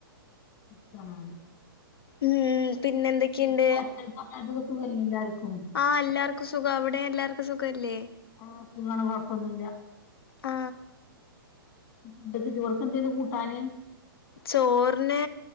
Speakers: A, on the left; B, on the left.
A: മുത്തമാണ്
B: ഉം പിന്നെ എന്തൊക്കെയുണ്ട്
A: വീട്ടിലും ഉമ്മാക്കും എല്ലാർക്കും സുഖല്ലേ എല്ലാർക്കും
B: ആ എല്ലാർക്കും സുഖാ അവിടെ എല്ലാർക്കും സുഖല്ലേ
A: ആ കൊഴപ്പൊന്നുമില്ല
B: ആ
A: ഉച്ചെക്ക് ചോർക്ക് എന്തേണ് കൂട്ടാന്
B: ചോറിന്